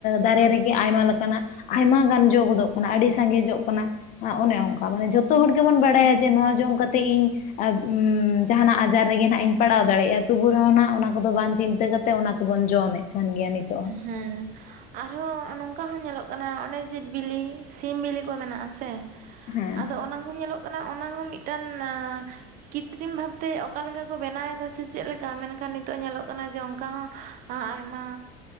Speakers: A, on the left; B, on the right.
A: ᱫᱟᱨᱮ ᱨᱮᱜᱮ ᱟᱭᱢᱟ ᱞᱮᱠᱟᱱᱟᱜ ᱟᱭᱢᱟ ᱜᱟᱱ ᱡᱚ ᱜᱚᱫᱚᱜ ᱠᱟᱱᱟ, ᱟᱹᱰᱤ ᱥᱟᱸᱜᱮ ᱡᱚᱜ ᱠᱟᱱᱟ᱾ ᱚᱱᱮ ᱚᱝᱠᱟ ᱢᱟᱱᱮ ᱡᱷᱚᱛᱚ ᱦᱚᱲ ᱜᱮᱵᱚᱱ ᱵᱟᱲᱟᱭᱟ ᱡᱮ ᱱᱚᱣᱟ ᱡᱚᱢ ᱠᱟᱛᱮ ᱤᱧ ᱟ ᱡᱟᱸᱦᱟᱱᱟᱜ ᱟᱡᱟᱨ ᱨᱮᱜᱮ ᱦᱟᱸᱜ ᱤᱧ ᱯᱟᱲᱟᱣ ᱫᱟᱲᱮᱭᱟᱜᱼᱟ᱾ ᱛᱚᱵᱩ ᱨᱮᱦᱚᱸ ᱱᱟᱦᱟᱜ ᱚᱱᱟ ᱠᱚᱫᱚ ᱵᱟᱝ ᱪᱤᱱᱛᱟᱹ ᱠᱟᱛᱮ ᱚᱱᱟ ᱠᱚᱵᱚᱱ ᱡᱚᱢᱮᱫ ᱠᱟᱱ ᱜᱮᱭᱟ ᱱᱤᱛ
B: ᱦᱮᱸ ᱟᱨᱦᱚᱸ ᱱᱚᱝ ᱱᱚᱝᱠᱟ ᱦᱚᱸ ᱧᱮᱞᱚᱜ ᱠᱟᱱᱟ ᱚᱱᱮ ᱡᱮ ᱵᱤᱞᱤ, ᱥᱤᱢ ᱵᱤᱞᱤ ᱠᱚ ᱢᱮᱱᱟᱜᱼᱟ ᱥᱮ,
A: ᱦᱮᱸ
B: ᱟᱫᱚ ᱚᱱᱟ ᱦᱚᱸ ᱧᱮᱞᱚᱜ ᱠᱟᱱᱟ ᱚᱱᱟ ᱦᱚᱸ ᱢᱤᱫᱴᱟᱱ ᱟᱸᱻ ᱠᱤᱛᱨᱤᱢ ᱵᱷᱟᱵᱛᱮ ᱚᱠᱟᱞᱮᱠᱟ ᱠᱚ ᱵᱮᱱᱟᱣᱮᱫᱟ, ᱥᱮ ᱪᱮᱫᱞᱮᱠᱟ ᱢᱮᱱᱠᱷᱟᱱ ᱱᱤᱛᱚᱜ ᱧᱮᱞᱚᱜ ᱠᱟᱱᱟ ᱡᱮ ᱚᱱᱠᱟ ᱦᱚᱸ ᱟᱭᱢᱟ